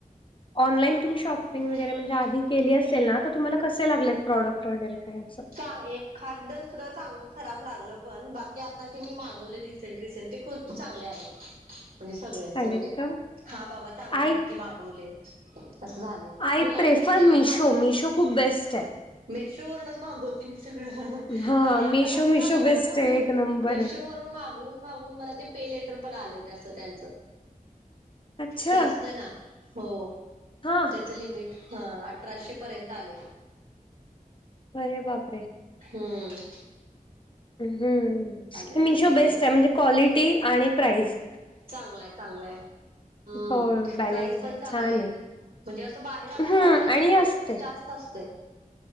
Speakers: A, on the left; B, on the right.
A: ऑनलाईन तुम्ही शॉपिंग
B: हम्म.
A: वगैरे म्हणजे आधी केली असेल ना, तर तुम्हाला कसे लागलेत प्रॉडक्ट वगैरे काय असं?
B: चां एखाद दुसरं चांगलं खराब लागलं. पण बाकी आता जे मी मागवले, रिसेंट रिसेंट ते खूप चांगले आलेत. म्हणजे सगळे
A: चालेत
B: असं म्हणजे,
A: का
B: हा बाबा चांगले
A: आय
B: आहेत, की मागवले असं झालंय.
A: आय
B: मुलासाठी
A: प्रेफर
B: जे मी
A: मिशो,
B: मागव
A: मिशो खूप बेस्ट आहे.
B: मेशोवरूनच मागवते मी सगळ
A: हा
B: आणि आता
A: मिशो
B: कसं झालंय
A: मिशो
B: माझ
A: बेस्ट आहे
B: मी
A: एक नंबर
B: मेशोवर
A: आहे
B: मागवून मागवून मला ते पे लेटर पण आलंय, ते असं त्यांच.
A: अच्छा
B: ते असतं ना, हो.
A: हा
B: हे लिमिट, हं. अठराशे पर्यंत आलंय.
A: बरे बापरे.
B: हुं.
A: हुं, हे
B: आता
A: मिशो
B: ते
A: बेस्ट आहे, म्हणजे क्वालिटी आणि प्राईज.
B: चांगलाय चांगलाय, हम्म
A: हो बॅलन्स
B: प्राइज पण
A: आहे
B: चांगली
A: छान
B: हाय.
A: आहे
B: म्हणजे असं बाहेर आपण
A: हम्म
B: बघायला गेलो,
A: आणि असते
B: तर ते जास्त असतंय.